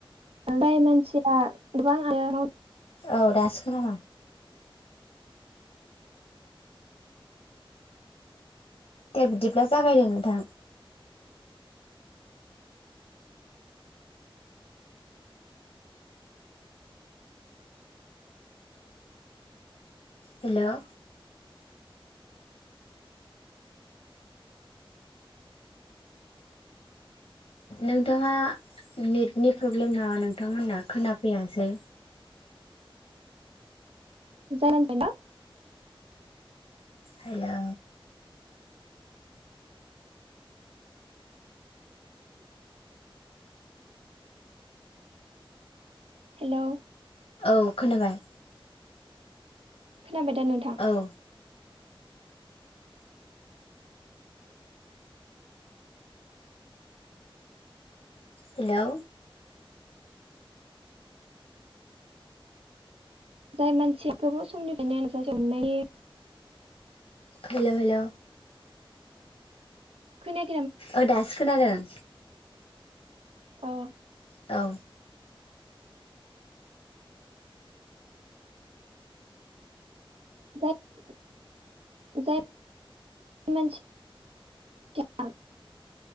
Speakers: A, on the right; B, on the left.
A: <unintelligible>
B: औ दासो खोनादों दे बिदिब्ला जागायदो नोंथां हेलौ नोंथाङा नेटनि प्रब्लेम नमा नोंथांमोनना खोनाफैयासै
A: <unintelligible>
B: हेलौ
A: हेलौ
B: औ खोनाबाय
A: खोनाबाय दा नोंथां
B: औ हेलौ
A: <inaudible>
B: हेलौ हेलौ
A: खोनाया
B: ओ दासो खोनादों
A: अ
B: औ
A: <inaudible> <unintelligible>